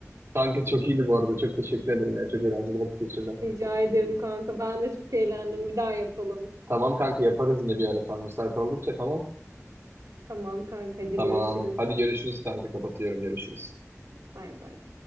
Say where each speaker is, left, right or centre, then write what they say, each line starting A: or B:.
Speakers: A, on the right; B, on the right.
A: Kanka çok iyiydi bu arada. Çok teşekkür ederim ya. Çok eğlenceli vakit geçirdim.
B: Rica ederim kanka. Ben de çok eğlendim. Bir daha yapalım.
A: Tamam kanka yaparız yine bir ara sen müsait oldukça tamam.
B: Tamam kanka hadi
A: Tamam.
B: görüşürüz.
A: Hadi görüşürüz kanka kapatıyorum görüşürüz.
B: Bay bay.